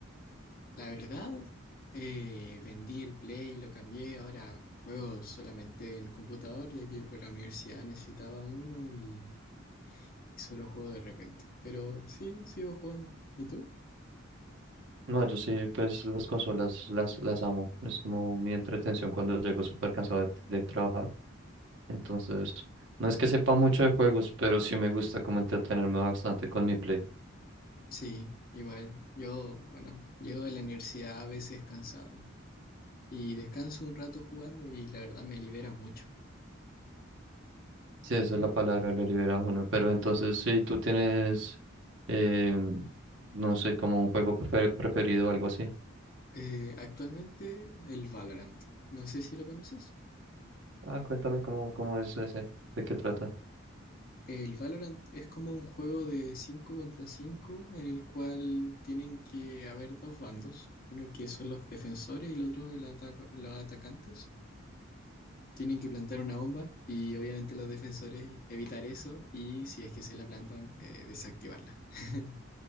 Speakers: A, on the left; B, on the right.
A: La verdad, eh, vendí el Play, lo cambié, ahora juego solamente en computador, ya que por la universidad necesitaba uno y, y solo juego de repente. Pero sí, sigo jugando. ¿Y tú?
B: No, yo sí, pues las consolas las, las amo. Es como mi entretención cuando llego súper cansado de, de trabajar. Entonces, no es que sepa mucho de juegos, pero sí me gusta como entretenerme bastante con mi Play.
A: Sí, igual. Yo, bueno, llego de la universidad a veces cansado y descanso un rato jugando y la verdad me libera mucho.
B: Sí, esa
A: Sí.
B: es la palabra, lo libera uno. Pero entonces, si tú tienes, em, no sé, como un juego prefe- preferido o algo así.
A: Eh, actualmente el Valorant. No sé si lo conoces.
B: Ah, cuéntame cómo, cómo es ese, de qué trata.
A: El Valorant es como un juego de 5 contra 5 en el cual tienen que haber dos bandos, uno que son los defensores y el otro el ataca- los atacantes. Tienen que plantar una bomba y obviamente los defensores evitar eso y si es que se la plantan, eh, desactivarla. <laughs>